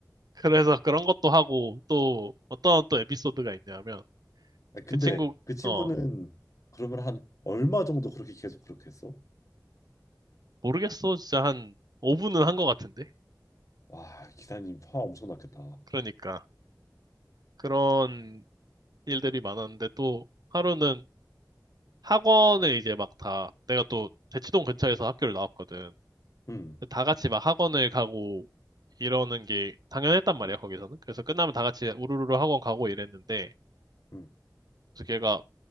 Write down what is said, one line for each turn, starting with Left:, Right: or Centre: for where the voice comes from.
Right: 그래서 그런 것도 하고 또 어떤 또 에피소드가 있냐면
Left: 아니, 근데
Right: 그 친구
Left: 그 친구는
Right: 어
Left: 그러면 한 얼마 정도 그렇게 계속 그렇게 했어?
Right: 모르겠어 진짜 한 5분은 한 것 같은데
Left: 와, 기사님 화 엄청 났겠다.
Right: 그러니까 그런 일들이 많았는데 또 하루는 학원을 이제 막 다 내가 또 대치동 근처에서 학교를 나왔거든.
Left: 응,
Right: 다 같이 막 학원을 가고 이러는 게 당연했단 말이야,
Left: 응,
Right: 거기서는. 그래서 끝나면 다 같이 우르르르 학원 가고 이랬는데,
Left: 응,
Right: 그래서 걔가